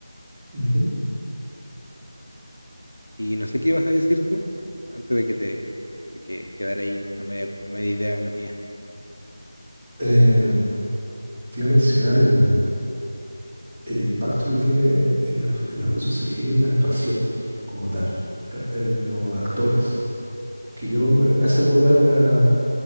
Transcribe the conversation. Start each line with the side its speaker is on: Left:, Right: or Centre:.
Right: Ujú.
Left: Y no sé qué ibas a decir tú antes de que te de que quedara ahí a media, a media idea la mía.
Right: Eh, te iba a mencionar el. el impacto que tiene el, ab- el abuso CGI en la actuación como tal, pra- en los actores. Que yo me, me hace acordar una,